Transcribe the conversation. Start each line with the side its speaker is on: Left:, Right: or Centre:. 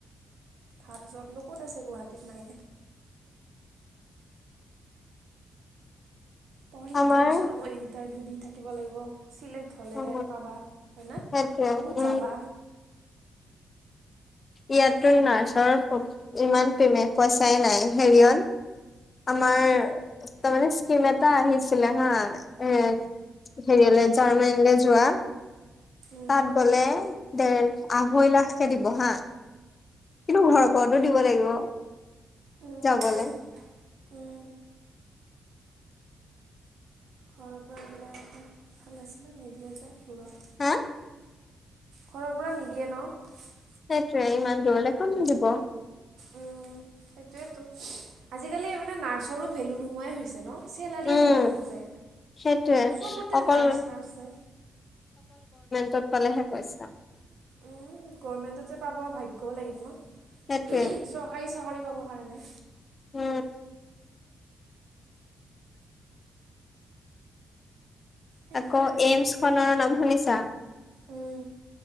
Right: ভাল জব নো, ক'ত আছে গুৱাহাটীত নাই। পঢ়ি উঠাৰ
Left: আমাৰ
Right: পিছত আকৌ ইন্টাৰভিউ দি, থা <unintelligible> লাগিব চিলেক্ট হ'লেহে
Left: উম
Right: পাবা, হয়, ‌না?
Left: সেইটোৱে
Right: বহুত
Left: উম
Right: জালা।
Left: ইয়াতো নাৰ্চৰ ইমান প্ৰেমে-পইচাই নাই হেৰিয়ন আমাৰ
Right: উম
Left: তাৰমানে স্কিম এটা আহিছিলে হা <unintelligible> জাৰ্মানীলে যোৱা
Right: উম
Left: তাত গ'লে ডেৰ, আহৈ লাখকে দিব হা কিন্তু ঘৰ ক'ত দিব লাগিব।
Right: উম
Left: যাবলৈ।
Right: সেইটোৱেতো উম ঘৰৰ পৰা দিলে আকৌ ভাল আছিলে নিদিয়ে যায় দূৰত।
Left: হা?
Right: ঘৰৰ পৰা নিদিয়ে ন'।
Left: সেইটোৱে, ইমান দূৰলে কোনে দিব।
Right: উম, সেইটোৱেটো আজিকালি মানে নাৰ্চৰো ভেলু নোহোৱাই হৈছে ন'। চেলাৰিয়ে
Left: উম
Right: দিব নোখোজে,
Left: সেইটোৱে
Right: চবতে
Left: অকল
Right: নাৰ্চ, নাৰ্চ যে।
Left: তত পালেহে পইচা।
Right: উম, গভমেন্টত যে পাব ভাগ্যও লাগিব ন।
Left: সেইটোৱে
Right: চৰকাৰি চাকৰি পাবৰ কাৰণে
Left: উম।
Right: সেইটোৱে
Left: আকৌ
Right: আৰু
Left: এইমচ খনৰ নাম শুনিছা?
Right: উম,